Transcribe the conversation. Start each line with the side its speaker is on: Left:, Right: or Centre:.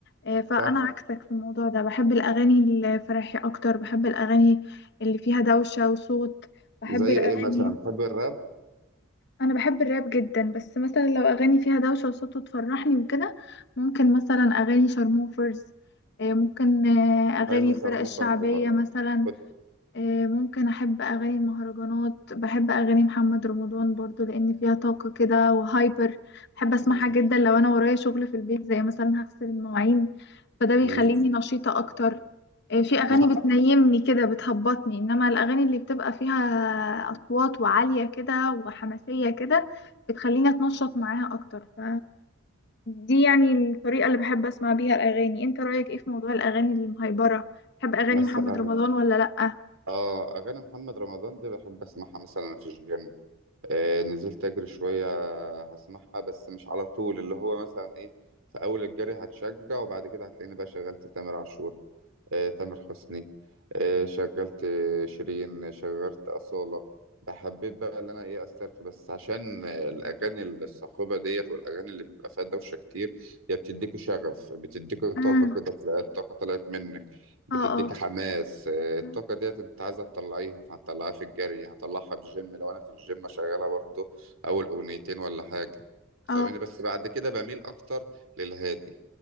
Left: آه، فانا
Right: صح
Left: عكسك في الموضوع ده بحب الاغاني الفرايحي اكتر بحب الاغاني اللي فيها دوشه وصوت بحب
Right: زي
Left: الاغاني
Right: ايه مثلا تحب الراب
Left: انا بحب الراب جدا بس مثلا لو اغاني فيها دوشه وصوت تفرحني وكده ممكن مثلا اغاني شارموفرز آه، ممكن آه، اغاني
Right: حلو
Left: الفرق
Right: شارموفرز
Left: الشعبيه
Right: برضه
Left: مثلا
Right: كنت-
Left: آه، ممكن احب اغاني المهرجانات بحب اغاني محمد رمضان برضو لان فيها طاقة كده وهايبر بحب اسمعها
Right: مم،
Left: جدا لو انا ورايا شغل في البيت زي مثلا هغسل المواعين فده بيخليني
Right: مم.
Left: نشيطة اكتر آه، في اغاني
Right: مح-
Left: بتنيمني كده بتهبطني انما الاغاني اللي بتبقى فيها اصوات وعالية كده وحماسية كده بتخليني اتنشط معاها اكتر ف دي يعني الطريقة اللي بحب اسمع بيها الاغاني انت رايك ايه في موضوع الاغاني المهيبرة بتحب اغاني
Right: مثلا
Left: محمد رمضان ولا لأ
Right: اه اغاني محمد رمضان دي بحب اسمعها مثلا في الجيم آه، نزلت اجري شويه هسمعها بس مش على طول اللي هو مثلا ايه في اول الجري هتشجع وبعد كده هتلاقيني بقى شغلت تامر عاشور آه، تامر حسني آه، شغلت آه، شيرين شغلت أصالة بحبيت بقى اللي انا ايه استرخي بس عشان آه، الاغاني الصاخبه ديت والاغاني اللي بيبقى فيها دوشه كتير هي بتديك شغف بتديك طاقه
Left: امم
Right: كده تلاقي الطاقه طلعت منك بتديك
Left: اه اه
Right: حماس آه، الطاقة
Left: مم.
Right: ديت انت عايزة تطلعيها فهتطلعيها في الجري هطلعها في الجيم لو انا في الجيم شغالة برضو اول اغنيتين ولا حاجة فاهمني
Left: اه
Right: بس بعد كده بميل اكتر للهادي